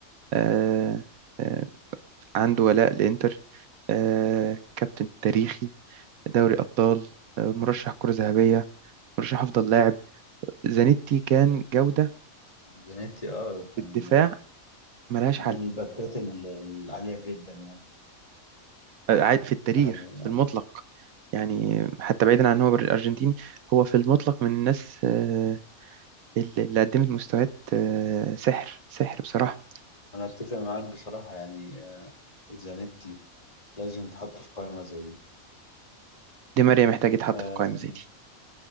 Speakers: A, on the right; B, on the left.
A: آه، آه، عنده ولاء لانتر آه، كابتن تاريخي دوري ابطال آه، مرشح كرة ذهبية مرشح افضل لاعب زانيتي كان جودة
B: زانيتي اه كان
A: الدفاع ملهاش
B: من
A: حل
B: الباكات ال- العالية جدا يعني
A: عاد- في التاريخ
B: آه،
A: في المطلق يعني حتى بعيدا عن ان هو بر- ارجنتيني هو في المطلق من الناس آه، اللي اللي قدمت مستويات آه، سحر سحر بصراحة
B: أنا أتفق معاك بصراحة يعني آه، زانيتي لازم يتحط في قائمة زي دي
A: دي ماريا محتاج يتحط
B: آه،
A: في قائمة زي دي